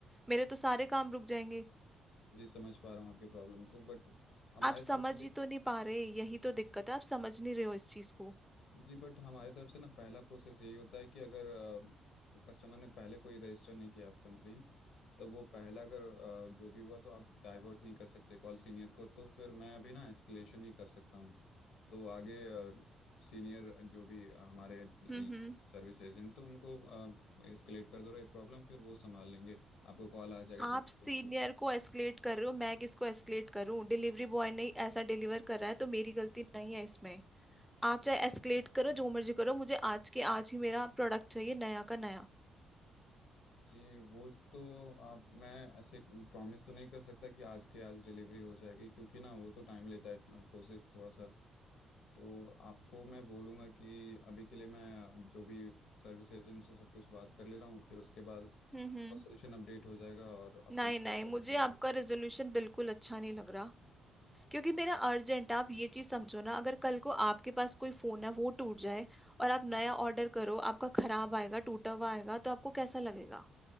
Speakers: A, in the centre; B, on the left (about 75°).
A: मेरे तो सारे काम रुक जाएंगे
B: जी समझ पा रहा हूँ आपकी प्रॉब्लम को बट हमारे
A: आप
B: तरफ
A: समझ
B: से
A: ही तो नहीं पा रहे यही तो दिक्कत है आप समझ नहीं रहे हो इस चीज को
B: जी बट हमारे तरफ से ना पहला प्रोसेस यही होता है कि अगर कस्टमर ने पहले कोई रजिस्टर नहीं किया आप कंप्लेन तो वो पहला अगर अ, जो भी हुआ तो आप डाइवर्ट नहीं कर सकते कॉल सीनियर को तो फिर मैं अभी ना एस्केलेशन ही कर सकता हूँ तो आगे सीनियर जो भी अ, हमारे
A: हम्म हम्म
B: सर्विस एजेंट तो उनको एस्केलेट कर दो ये प्रॉब्लम फिर वो संभाल लेंगे आपको कॉल आ जाएगा ट्वेंटी
A: आप सीनियर को एस्केलेट कर रहे हो मैं किसको एस्केलेट करूं डिलीवरी बॉय ने ऐसा डिलीवर कर रहा है तो मेरी गलती नहीं है इसमें आप चाहे एस्केलेट करो जो मर्जी करो मुझे आज के आज ही मेरा प्रोडक्ट चाहिए नया का नया
B: जी वो तो आप मैं ऐसे प्रॉमिस तो नहीं कर सकता कि आज के आज डिलीवरी हो जाएगी क्योंकि ना वो तो टाइम लेता है प्रोसेस थोड़ा सा तो आपको मैं बोलूँगा कि अभी के लिए मैं जो भी सर्विस एजेंट से सब कुछ बात कर ले रहा हूँ फिर उसके बाद
A: हम्म हम्म
B: सोल्यूशन अपडेट हो जाएगा और आपको
A: नहीं
B: मिल
A: नहीं
B: जाएगा
A: मुझे
B: हमेशा।
A: आपका रेजोल्यूशन बिल्कुल अच्छा नहीं लग रहा क्योंकि मेरा अर्जेंट आप ये चीज समझो ना अगर कल को आपके पास कोई फोन है वो टूट जाए और आप नया ऑर्डर करो आपका खराब आएगा टूटा हुआ आएगा तो आपको कैसा लगेगा